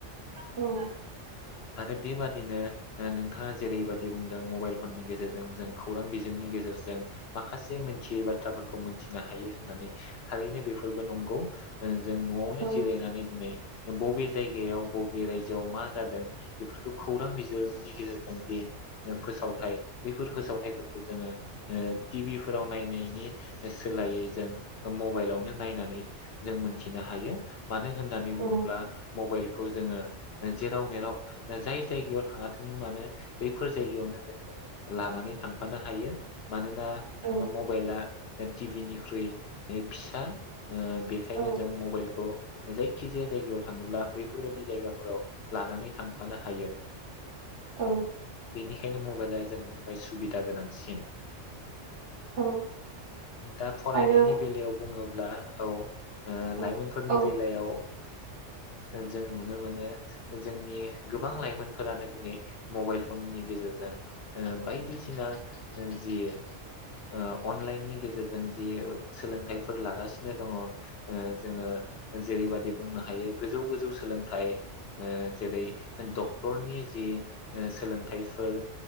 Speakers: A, on the right; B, on the left.
A: औ
B: आरो बेबादिनो नोंथाङा जेरैबादि बुंदों मबाइल फननि गेजेरजों जों खौरां बिजोंनि गेजेरजों माखासे मोनथियै बाथ्राफोरखौ मोनथिनो हायो होननानै थारैनो बेफोरबो नंगौ। जों न'आवनो
A: औ
B: जिरायनानै दिनै बबे जायगायाव बबे राय जोआव मा जादों बेफोरखौ खौरां बिजोंनि गेजेरजों जे फोसावथाय बैफोर फोसावथायफोरखौ जोङो टि भि फोराव नायनायनि सोलायै जों मबाइलावनो नायनानै जों मोनथिनो हायो। मानो होननानै बुङोब्ला
A: औ
B: मबाइलखौ जोङो जेराव मेराव जाय जायगायाव थाङाथों मानो बैफोर जायगायावनो जोङो लानानै थांफानो हायो। मानोना
A: औ
B: मबाइला ओ टिभिनिख्रुइ ओ फिसा ओ बेखायनो
A: औ
B: जों मबाइलखौ जायखि जाया जायगायाव थाङोब्ला। बेैफोरबायदि जायगाफोराव लानानै थांफानो हायो।
A: औ
B: बेनिखायनो मबाइला जोंनि थाखाय सुबिदा गोनांसिन
A: औ
B: दा फरायनायनि
A: आरो
B: बेलायाव बुङो। ब्ला औ ओ
A: औ
B: लाइमोनफोरनि
A: औ
B: बेलायाव जों नुनो मोनो जोंनि गोबां लाइमोनफोरानो दिनै मबाइल फननि गेजेरजों बायदिसिना जि ओ अनलाइननि गेजेरजों जि सोलोंथाइफोर लागासिनो दङ ओ जोङो जेरैबाददि बुंनो हायो गोजौ गोजौ सोलोंथाइ ओ जेरै डक्टरनि जि सोलों थायफोर